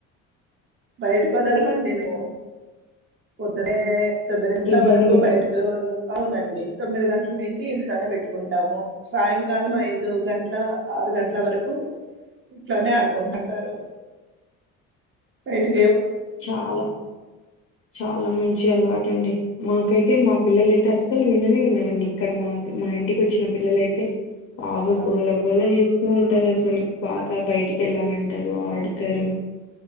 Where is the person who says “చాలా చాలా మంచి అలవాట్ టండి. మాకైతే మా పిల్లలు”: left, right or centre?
Left